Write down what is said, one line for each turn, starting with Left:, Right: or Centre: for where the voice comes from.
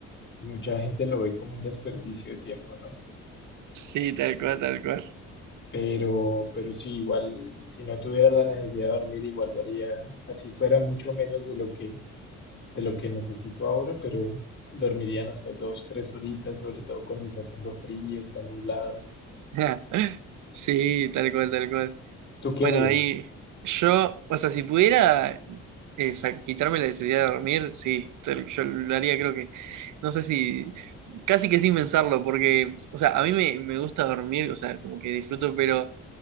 Left: Y mucha gente lo ve como un desperdicio de tiempo, ¿no?
Right: Sí, tal cual, tal cual.
Left: Pero, pero sí, igual, si no tuviera la necesidad de dormir, igual lo haría, así fuera mucho menos de lo que, de lo que necesito ahora, pero dormiría, no sé, dos, tres horitas, sobre todo cuando está haciendo frío, está nublado.
Right: <laughs> Sí, tal cual, tal cual.
Left: ¿Tú qué
Right: Bueno,
Left: harías?
Right: ahí yo, o sea, si pudiera eh, sa- quitarme la necesidad de dormir, sí, tal- yo lo haría, creo que, no sé si, casi que sin pensarlo, porque, o sea, a mí me, me gusta dormir, o sea, como que disfruto, pero...